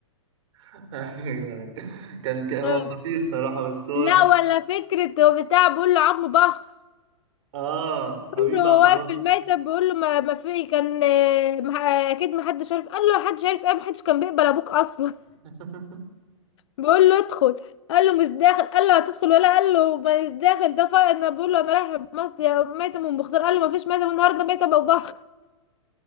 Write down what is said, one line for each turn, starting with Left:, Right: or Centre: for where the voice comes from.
Right: ايوه أيوة. كان ك- هو
Left: اه.
Right: خطير صراحة بس هو
Left: لا ولا فكره هو بتاع بيقول له عظم بخ
Right: اه
Left: بيقول
Right: حبيب
Left: له هو
Right: عم
Left: واقف
Right: بخ
Left: في الميتم بيقول له ما, ما في كان اه، ما- اكيد ما حدش عارف قال له حدش عارف ايه ما حدش كان بيقبل ابوك اصلا
Right: <laughs>
Left: بقول له ادخل قال له مش داخل قال له هتدخل ولا قال له مش داخل ده فرق انا بقول له انا رايح مات- ميتة من بختار قال له ما فيش ميتة النهارده ميتة باباخ